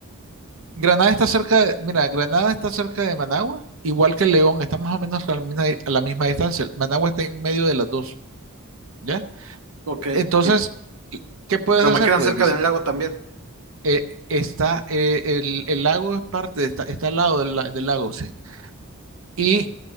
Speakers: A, on the right (about 70°); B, on the right (about 80°).
A: Granada está cerca, de- mira, Granada está cerca de Managua, igual que León, está más o menos a la misma, a la misma distancia. Managua está en medio de las dos, ¿ya?
B: Ok.
A: Entonces,
B: Y-
A: ¿qué puedes
B: pero
A: hacer?
B: me quedan
A: Puedes
B: cerca
A: visitar,
B: del lago también.
A: eh, está, eh, el, el lago es parte, de- está, está al lado del, la- del lago, sí. Y